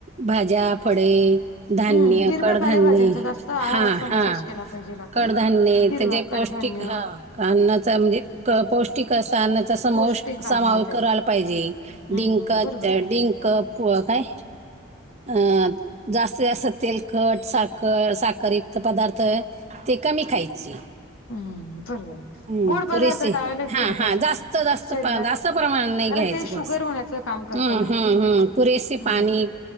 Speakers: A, on the right; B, on the left.
A: भाज्या, फळे धान्य
B: हम्म हिरव्या
A: कडधान्य
B: पालेभाज्यांचा जास्त आहारात
A: हा
B: समावेश
A: हा
B: केला पाहिजेल आपण
A: कडधान्य
B: हिरवा
A: त्याचेे
B: कडधान्य
A: पौष्टिक हा अन्नाचा म्हणजे पौष्टिक अस अन्नाचा समाश
B: पौष्टिक आहार
A: समावेश
B: आहे त्याचा
A: करा पाहिजे
B: हम्म,
A: डिंक
B: हम्म. बरोबर आहे.
A: डिंक काय अं जास्त जास्त तेलखट साखर साखरयुक्त पदार्थ ते कमी खायची
B: हम्म, बरोबर आहे.
A: हम्म
B: गोड
A: पुरेसे
B: पदार्थ टाळायलाच
A: हा
B: गेले पाहिजे
A: हा जास्त
B: ना,
A: जास्त
B: शरीरात.
A: जात प्रमाण नाही
B: कारण
A: घ्यायच
B: ते शुगर
A: बस हम्म
B: होण्याचं काम करतं ना
A: हम्म हम्
B: एक.
A: पुरेसे
B: हं,
A: पाणी